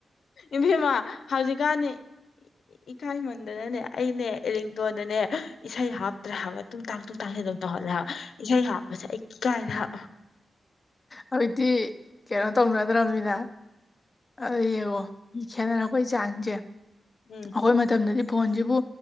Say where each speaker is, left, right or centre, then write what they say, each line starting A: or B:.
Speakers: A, on the left; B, on the left.
A: ꯏꯚꯦꯝꯃ ꯍꯧꯖꯤꯛꯀꯥꯟꯅꯤ ꯏꯀꯥꯏꯃꯟꯗꯅꯅꯦ ꯑꯩꯅꯦ ꯏꯔꯤꯡꯇꯣꯟꯗꯅꯦ ꯏꯁꯩ ꯍꯥꯞꯇ꯭ꯔꯦ ꯍꯥꯏꯕ ꯇꯨꯡꯇꯥꯛ ꯇꯨꯡꯇꯥꯛꯦ ꯍꯂꯦ ꯍꯥꯥꯎ ꯏꯁ ꯍꯥꯞꯄꯁꯦ ꯀꯥꯏꯅ ꯍꯥ
B: ꯍꯧꯖꯤꯛꯇ ꯀꯩꯅꯣ ꯇꯧꯅꯗ꯭ꯔꯃꯤꯅ ꯑ ꯌꯦꯡꯉꯣ ꯈꯦꯅꯔꯛꯄꯩ ꯆꯥꯡꯁꯦ
A: ꯎꯝ
B: ꯑꯩꯈꯣꯏ ꯃꯇꯝꯗꯗꯤ ꯐꯣꯟꯁꯤꯕꯨ